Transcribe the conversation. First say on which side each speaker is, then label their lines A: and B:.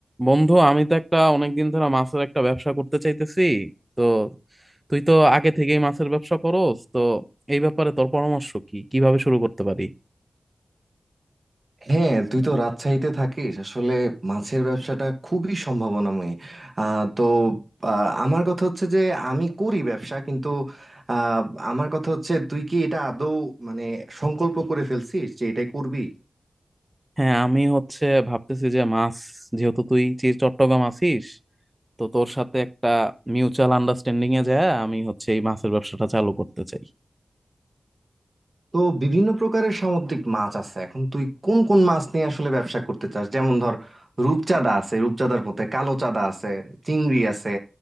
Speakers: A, on the right; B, on the right.
A: বন্ধু আমি তো একটা অনেকদিন ধরে মাছের একটা ব্যবসা করতে চাইতেছি তো তুই তো আগে থেকেই মাছের ব্যবসা করস তো এই ব্যাপারে তোর পরামর্শ কি কিভাবে শুরু করতে পারি
B: হ্যাঁ তুই তো রাজশাহীতে থাকিস আসলে মাছের ব্যবসাটা খুবই সম্ভাবনাময়ী আহ, তো আহ, আমার কথা হচ্ছে যে আমি করি ব্যবসা কিন্তু আহ, আমার কথা হচ্ছে তুই কি এটা আদৌ মানে সংকল্প করে ফেলছিস যে এটাই করবি
A: হ্যাঁ আমি হচ্ছে ভাবতেছি যে মাছ যেহেতু তুই চি- চট্টগ্রাম আছিস তো তোর সাথে একটা মিউচুয়াল আন্ডারস্ট্যান্ডিং এ যায় আমি হচ্ছে এই মাছের ব্যবসাটা চালু করতে চাই
B: তো বিভিন্ন প্রকারের সামুদ্রিক মাছ আছে এখন তুই কোন কোন মাছ নিয়ে আসলে ব্যবসা করতে চাস যেমন ধর রূপচাঁদা আছে রূপচাঁদার মধ্যে কালো চাঁদা আছে চিংড়ি আছে